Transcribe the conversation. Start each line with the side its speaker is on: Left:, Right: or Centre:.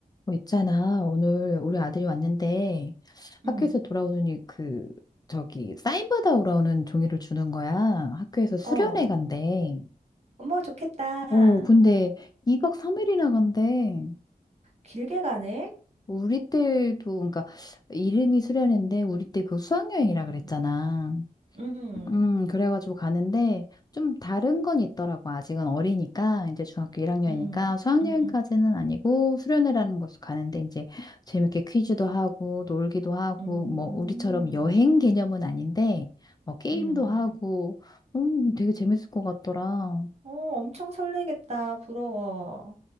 Left: 어, 있잖아. 오늘 우리 아들이 왔는데 학교에서
Right: 응.
Left: 돌아오더니 그 저기 사인 받아오라 는 종이를 주는 거야. 학교에서 수련회
Right: 어.
Left: 간대.
Right: 어머, 좋겠다.
Left: 어, 근데 2박 3일이나 간대.
Right: 길게 가네.
Left: 우리 때도 그러니까 이름이 수련회인데 우리 때 그 수학여행이라
Right: 음.
Left: 그랬잖아.
Right: 음, 음,
Left: 음, 그래가지고 가는데 좀 다른 건 있더라고. 아직은 어리니까 이제 중학교 1학년이니까
Right: 음,
Left: 수학여행까지는
Right: 음,
Left: 아니고 수련회라는 곳을 가는데 이제 재밌게 퀴즈도 하고 놀기도 하고
Right: 음,
Left: 뭐 우리처럼 여행 개념은 아닌데 뭐 게임도
Right: 음.
Left: 하고 음, 되게 재밌을 것 같더라.
Right: 어, 엄청 설레겠다. 부러워.